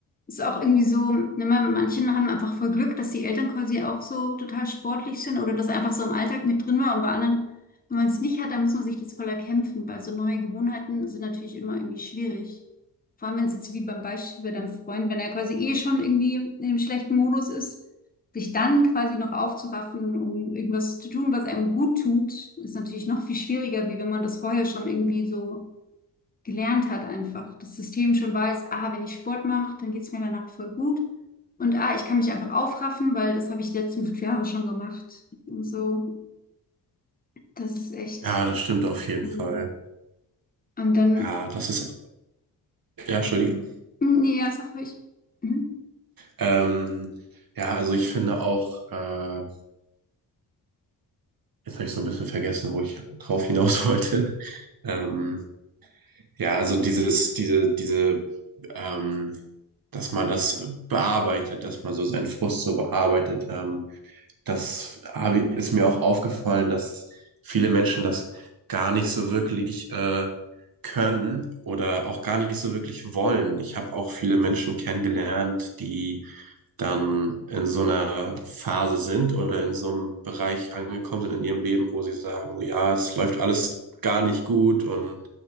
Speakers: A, on the left; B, on the right.
A: es ist auch irgendwie so, ne, man- manche haben einfach voll Glück, dass die Eltern quasi auch so total sportlich sind oder das einfach so im Alltag mit drin war. Und bei anderen, wenn man es nicht hat, dann muss man sich das voll erkämpfen, weil so neue Gewohnheiten sind natürlich immer irgendwie schwierig. Vor allem, wenn es jetzt wie beim Beispiel bei deinem Freund, wenn er quasi eh schon irgendwie in einem schlechten Modus ist, sich dann quasi noch aufzuraffen, um irgendwas zu tun, was einem gut tut, ist natürlich noch viel schwieriger, wie wenn man das vorher schon irgendwie so gelernt hat einfach. Das System schon weiß, ah, wenn ich Sport mache, dann geht's mir danach voll gut. Und ah, ich kann mich einfach aufraffen, weil das habe ich die letzten fünf Jahre schon gemacht. Und so, das ist echt.
B: Ja, das stimmt auf jeden
A: so.
B: Fall.
A: Und dann,
B: Ja, das ist, ja, Entschuldige.
A: Hm, nee, ja, sag ruhig. Hm?
B: Ähm, ja, also ich finde auch, äh, jetzt habe ich so ein bisschen vergessen, wo ich drauf hinaus <laughs> wollte. Ähm, ja, also dieses, diese, diese, ähm, dass man das bearbeitet, dass man so seinen Frust so bearbeitet, ähm, Das habe, ich- ist mir auch aufgefallen, dass viele Menschen das gar nicht so wirklich äh, können oder auch gar nicht so wirklich wollen. Ich habe auch viele Menschen kennengelernt, die dann in so einer Phase sind oder in so einem Bereich angekommen sind in ihrem Leben, wo sie sagen, so, ja, es läuft alles gar nicht gut und